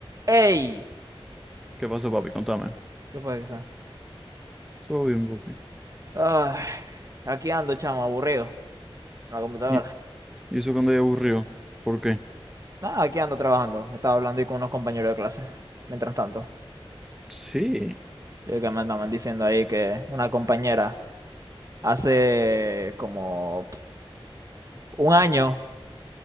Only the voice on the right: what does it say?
¡Ey!
¿Qué fue eso?
Ay, aquí ando, chamo, aburrido. en La computadora.
Nada, aquí ando trabajando. Estaba hablando ahí con unos compañeros de clase. Mientras tanto,
de que me andaban diciendo ahí que una compañera hace como un año,